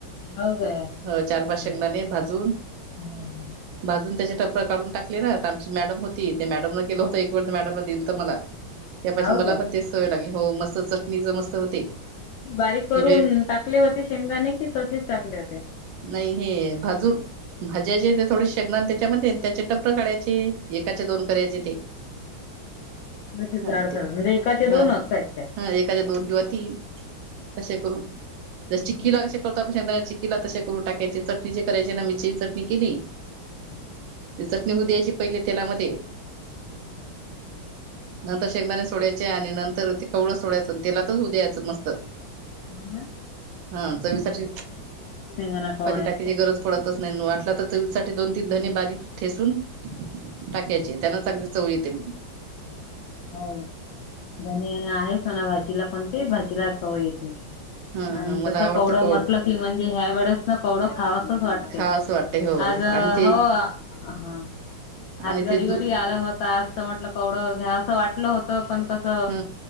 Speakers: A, on the left (about 80°); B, on the right (about 80°).
A: हाव काय
B: ह चार
A: हम्म
B: पाच शेंगदाने भाजून
A: हम्म.
B: भाजून त्याच्या. टपर काढून टाकले ना तर आमची मॅडम होती ते मॅडम न केलं होता एक वे मॅडम न दिल तर मला त्या पा
A: हाव
B: मला
A: काय
B: पण ते सवय लागली हो मस्त चटणी ज मस्त होते
A: बारीक करून
B: हिरव्या
A: टाकले होते शेंगदाणे कि तसेच टाकले होते
B: नाही हे भाजून ते थोडे शेंगदाणे त्याच्यामध्ये त्याचे टपर काढयचे. एकाच्या दोन करायचे ते
A: तसेच
B: हा
A: जाडसर
B: ते
A: म्हणजे एकाचे
B: हा
A: दोनच आहेत काय?
B: हा एकाच्या दोन किंवा तीन कसे करू ज
A: हो
B: चिक्कीला
A: ना.
B: कसे करत पण तसे करून टाकायचे
A: हो
B: चटणी जे करायचे ना मीरची चटणी केली
A: हम्म
B: ते चटणी होऊ द्यायची पहिले तेलामध्ये.
A: हम्म
B: नंतर शेंगदाणे सोडायचे आणि नंतर ते कवळं सोडायचं तेलातच होऊ द्यायचं मस्त.
A: हला
B: हा चवीसाठी
A: म्हणा कोवड्यात.
B: पाणी टाकायची गरज पडतच नाही वाटला तर चवीसाठी दोन धने बारीक ठेचून टाकायचे त्यांना चांगली चव येते.
A: हो धने आहेच म्हणा भाजीला कोणत्याही भाजीला चव येते.
B: हा
A: आणि
B: हा मला
A: तसं
B: आवडते
A: कवडं
B: कवळं
A: म्हटल की म्हणजे ह्या वेळेस ना कवडं खावासच वाटते.
B: खास वाटते हो
A: आज
B: आणि ते
A: हो. हा हातगाडीवरही
B: आणि ते दू
A: आलं होत आज म्हटलं कवडं घ्या. असं वाटलं होत पण कस
B: ह